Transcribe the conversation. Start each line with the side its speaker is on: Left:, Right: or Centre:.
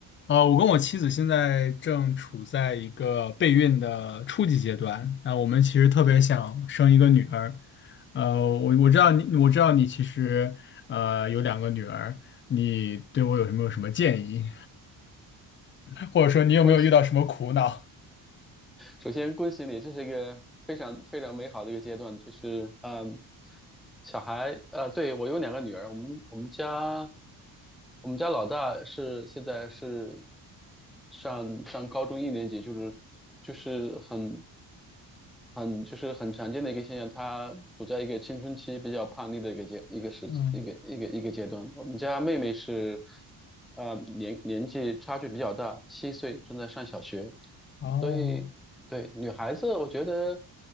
Left: 呃，我跟我妻子现在正处在一个备孕的初级阶段。那我们其实特别想生一个女儿。呃，我我知道你，我知道你其实呃有两个女儿，你对我有什么有什么建议，<laughs> 或者说你有没有遇到什么苦恼？
Centre: 公首先恭喜你，这是一个非常非常美好的一个阶段，就是嗯，小孩呃，对我有两个女儿，我们我们家我们家老大是现在是上上高中一年级，就是就是很很就是很常见的一个现象，她处在一个青春期比较叛逆的一个阶一个时一个一个一个阶段。
Left: 嗯，
Centre: 我们家妹妹是，呃，年年纪差距比较大，七岁，正在上小学，
Left: 哦，
Centre: 所以对，女孩子，我觉得